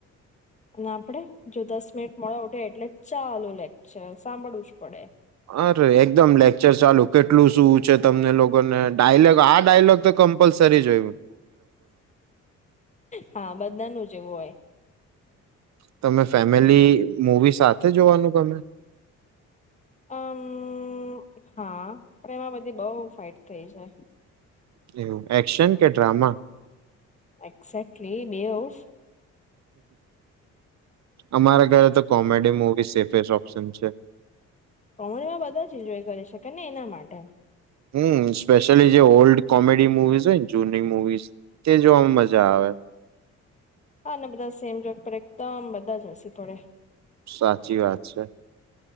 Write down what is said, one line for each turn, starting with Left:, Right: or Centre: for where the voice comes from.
Left: અને આપડે જો દસ મિનિટ મળા ઉઠ એટલે ચાલો લેક છે સાંભળવું જ પડે.
Right: અરે એકદમ લેક્ચર ચાલુ કેટલું શું છે તમને લોકોને ડાયલોગ આ ડાયલોગ તો કમ્પલસરી જય.
Left: હા બધાનું જો હોય.
Right: તમે ફેમિલી મૂવી સાથે જોવાનું ગમે.
Left: હમ હા પણ એમાં બધી બહ ફઇટ થઈ જાય.
Right: એવું. એક્શન કે ડ્રામા
Left: એક્ઝેકલી બે હ
Right: અમારા ઘરે તો કોમેડી મુવી સેફેસ્ટ ઓપ્શન છે.
Left: કોમનમાં બધા જ એન્જોય કરી શકે ને એના માટે.
Right: હમ સ્પેશિયલી જે ઓલ્ડ કોમેડી મુવીઝ હોય ને જૂની મુવીઝ તે જોવામાં મજા આવે.
Left: હા બધા સેમ જોક એકદમ બધા જ હસી પડે.
Right: સાચી વાત છે.